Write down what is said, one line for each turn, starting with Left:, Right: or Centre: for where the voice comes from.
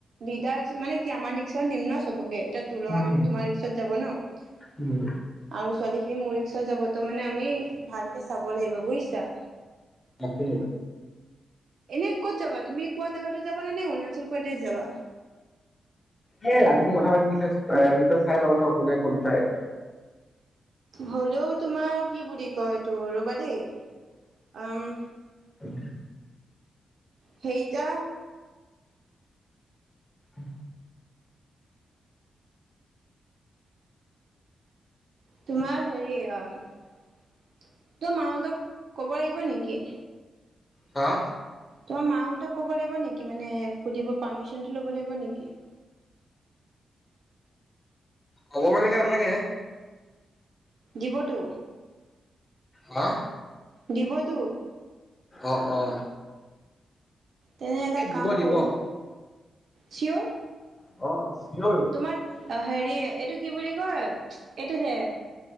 Right: দিদাৰ মানে কি আমাৰ ৰিক্সাত নিম ন চব এ তো লৰা
Left: উম
Right: খিনি তোমাৰ ৰিক্সত যাব ন? আৰু
Left: উম
Right: ছোৱালী খিনি মোৰ ৰিক্সত যাব তো মানে আমি ভালকে চাব লাগিব বুইছা।
Left: তাকে।
Right: এনে ক'ত যাবা তুমি কোৱা জেগাতো যাবা নে নে অৰুণাচল প্ৰদেশ যাবা?
Left: হে ৰাতি কি কথা পাতি কি কয় চাই ল, কোনে ক'ত যায়।
Right: হ'লেও তোমাৰ কি বুলি কয় এইটো ৰবা দেই, উম
Left: হয়।
Right: সেইটা।
Left: অ
Right: তোমাৰ হেৰি, অ তোৰ মাহঁতক কব লাগিব নেকি?
Left: হা?
Right: তোমাৰ মাহঁতক কব লাগিব নেকি মানে সুধিব পাৰ্মিশ্যনটো লব লাগিব নেকি?
Left: হ'ব মানেক লাগে <unintelligible>
Right: দিবটো।
Left: হা?
Right: দিবতো?
Left: অ অ।
Right: তেনে এটা
Left: এই দিব
Right: কাম
Left: দিব
Right: কৰো। চিয়ৰ?
Left: অ। চিয়ৰ
Right: তোমাৰ অ হেৰি এইটো কি বুলি কয় এইটো যে